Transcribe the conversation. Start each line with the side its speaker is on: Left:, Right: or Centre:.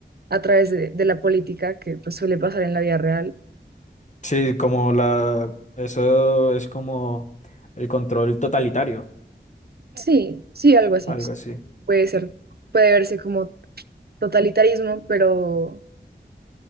Right: a través de, de la política que pues suele pasar en la vida real.
Left: Sí, como la, eso es como el control totalitario,
Right: Sí, sí, algo así.
Left: algo así.
Right: Puede ser, puede verse como totalitarismo, pero